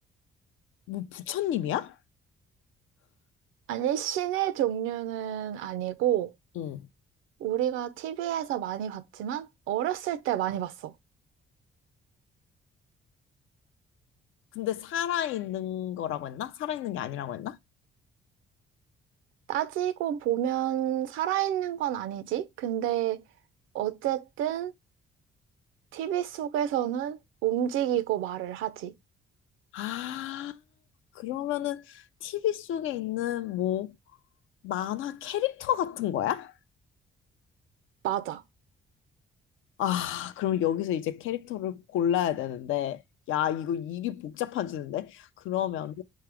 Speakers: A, on the left; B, on the right.
A: 뭐 부처님이야?
B: 아니, 신의 종류는 아니고,
A: 응.
B: 우리가 TV에서 많이 봤지만, 어렸을 때 많이 봤어.
A: 근데 살아있는 거라고 했나? 살아있는 게 아니라고 했나?
B: 따지고 보면 살아있는 건 아니지. 근데, 어쨌든, TV 속에서는 움직이고 말을 하지.
A: 아, 그러면은 TV 속에 있는 뭐 만화 캐릭터 같은 거야?
B: 맞아.
A: 아, 그럼 여기서 이제 캐릭터를 골라야 되는데, 야, 이거 일이 복잡해지는데? 그러면은,